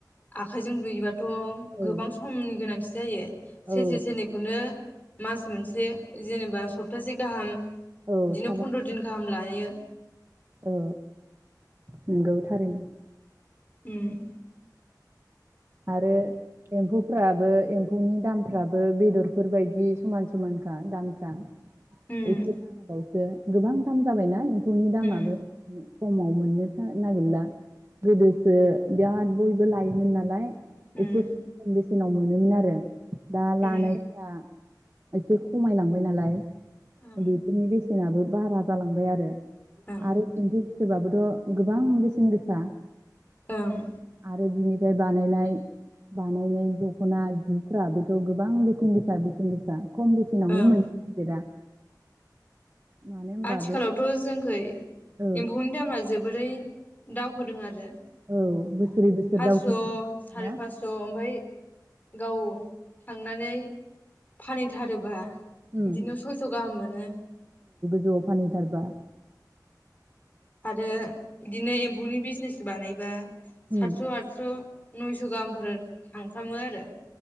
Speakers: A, on the left (about 25°); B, on the right (about 40°).
A: आखाइजों लुयोबा थ'
B: औ
A: गोबां समनि गोनांथि जायो
B: औ
A: सेरसे सेरनैखौनो मास मोनसे जेनेबा सप्तासे गाहाम
B: औ
A: बिदिनो
B: थाबानो
A: फन्द्र दिन गाहाम लायो
B: औ नंगौ थारैनो
A: ओम
B: आरो एम्फौफ्राबो एम्फौनि दामफ्राबो बेदरफोर बायदि समान समानखा दामफ्रा
A: उम
B: एखे गोबां दाम जाबायना मफौनि दामाबो
A: उम
B: खमाव मोननो था नागिरला गोदोसो बिराद बयबो लायोमोन नालाय एसे
A: उम
B: नाव मोनोमोन आरो दा लानायफ्रा
A: उम
B: एसे खमायलांबाय नालाय
A: ओं
B: बेफोरनि बेसेनाबो भारा जालांबाय आरो
A: ओं
B: आरो एम्फौ फिथोबाबो थ' गोबां बेसेन गोसा
A: ओं
B: आरो दिनै ओमफ्राय बानायनाय बानायनाय दख'ना जिफ्राबोथ' गोबां बेसेन गोसा बेसेन गोसा खम बेसेनावनो
A: ओं
B: मोननो नागिरा मानो होनबा
A: आथिखालावथ'
B: बे
A: जोंखै
B: औ
A: एम्फौनि दामा जोबोरै दावखोदों आरो
B: औ बोसोरै
A: फासस'
B: बोसोर दावखोनायखौ बुंबायना
A: साराय फासस' ओमफ्राय गाव थांनानै फानहैथारोबा
B: उम
A: बिदिनो सयस' गाहाम मोनो
B: औ फानहैथारबा
A: आरो इदिनो एम्फौनि बिजनेस बानायबा
B: उम
A: सातस', आतस', नयस' गाहामफोर थांफ्रामो आरो ।